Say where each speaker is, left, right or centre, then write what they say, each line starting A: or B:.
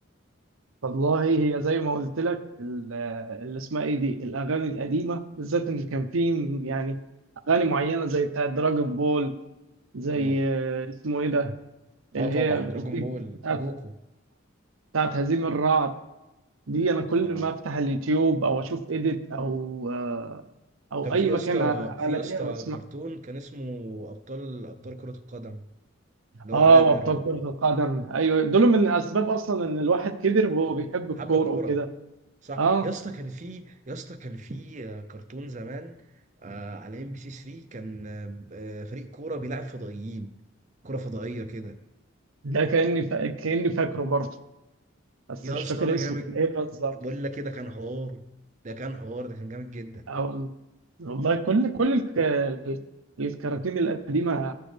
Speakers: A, on the right; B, on the right.
A: والله هي زي ما قلت لك ال- اللي اسمها ايه دي الاغاني القديمه بالذات ان كان في يعني اغاني معينه زي بتاعه دراجون بول زي
B: مم.
A: آه، اسمه ايه ده
B: اه
A: اللي
B: طبعا
A: هي
B: دراجون
A: في-
B: بول
A: بتاعه
B: جوكو
A: بتاعه هزيم الرعد دي انا كل
B: اه
A: ما افتح اليوتيوب او اشوف ايديت او آه، او
B: كان
A: اي
B: في يا
A: مكان
B: اسطى في
A: الاقيها
B: يا اسطى
A: واسمع
B: كرتون كان اسمه ابطال ابطال كرة القدم اللي هو
A: اه
B: عامر
A: وابطال
B: و-
A: كره القدم ايوه دول من اسباب اصلا ان الواحد كبر وهو بيحب الكوره
B: حب الكورة
A: وكده
B: صح
A: اه
B: يا اسطى كان في يا اسطى كان في آه، كرتون زمان آه، على ام بي سي 3 كان آه، آه، فريق كوره بيلعب فضائيين كوره فضائيه كده
A: ده كاني فا... كاني فاكره برضه بس
B: يا
A: مش
B: اسطى
A: فاكر
B: ده جامد
A: اسمه كان ايه بالظبط
B: بقول لك كده كان حوار ده كان حوار ده كان جامد جدا
A: أو والله كل كل الك... الكراتين القديمة